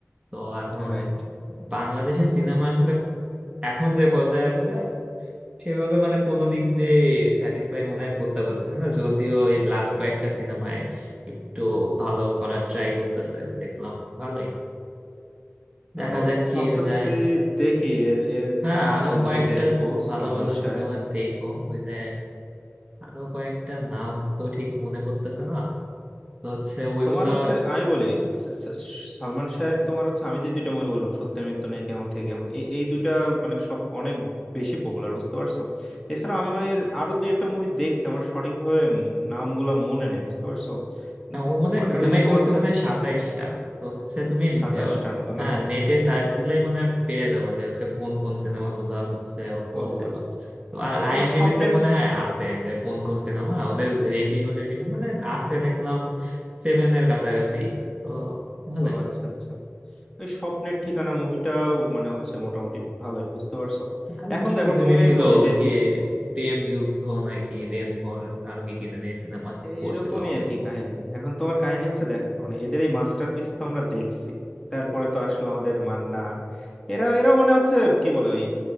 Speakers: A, on the right; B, in the centre.
A: তো এখন
B: রাইট
A: বাংলাদেশের সিনেমা আসলে এখন যে পর্যায়ে আছে সেভাবে মানে কোনো দিক দিয়ে স্যাটিসফাই মনে হয় করতে পারতেছে না যদিও এই লাস্ট কয়েকটা সিনেমায় একটু ভালো করার ট্রাই করতেছে দেখলাম ভালোই
B: তো
A: দেখা যাক কি
B: ভাবতাছি
A: হয়ে যায়
B: দেখি এর এর
A: হ্যাঁ
B: আরো কিছু
A: আরো
B: মুভি
A: কয়েকটা
B: দেখবো
A: সি- ভালো
B: সালমান
A: ভালো
B: শাহের
A: সিনেমা দেখো ওই যে আরো কয়েকটা নাম তো ঠিক মনে পড়তেছে না তো হচ্ছে ওইগুলা
B: তোমার হচ্ছে আমি বলি স- স- সালমান শাহের তোমার হচ্ছে আমি যে দুইটা মুভি বললাম সত্যের মৃত্যু নেই কেমন থেকে কেমন এই এই দুইটা মানে সব অনেক বেশি পপুলার বুঝতে পারছো এছাড়া আমি মানে এর আরো দুই একটা মুভি দেখছি আমার সঠিকভাবে উম নামগুলা মনে নেই বুঝতে পারছো উম,
A: হ্যাঁ ও মনে হয়
B: মানে
A: সিনেমাই
B: ওই যে তোমার
A: করছে
B: হচ্ছে
A: মনে হয় সাতাইশটা তো হচ্ছে তুমি
B: সাতাশটার
A: আহ,
B: মতো
A: হ্যাঁ
B: না
A: নেটে সার্চ দিলেই মনে হয় পেয়ে যাবো যে হচ্ছে কোন কোন সিনেমাগুলা হচ্ছে ও করছিল
B: ও আচ্ছা আচ্ছা।
A: তো আর
B: ও-
A: আইএমডিবি
B: ওর স্বপ্নের
A: তে মনে হয় আছে যে কোন কোন সিনেমা ওদের রেটিং ও রেটিং মানে আছে দেখলাম সেভেন এর কাছাকাছি তো ভালোই
B: ও আচ্ছা আচ্ছা ওই স্বপ্নের ঠিকানা মুভিটাও মানে হচ্ছে মোটামুটি ভালোই বুঝতে পারছো
A: আরো
B: এখন
A: কি
B: দেখো
A: কি জানি
B: তোমাকে আমি
A: ছিল
B: বলি
A: ওই
B: যে
A: কি প্রেম যুদ্ধ নাকি দেনভোর আরো কি কি জানি সিনেমা
B: এইরকমই
A: করছিল
B: আর কি কাহিনী এখন তোমার কাহিনী হচ্ছে দেখো মানে এদের এই মাস্টারপিস তো আমরা দেখছি তারপরে তো আসলে আমাদের মান্না এরা এরাও মানে হচ্ছে কি বলে ওই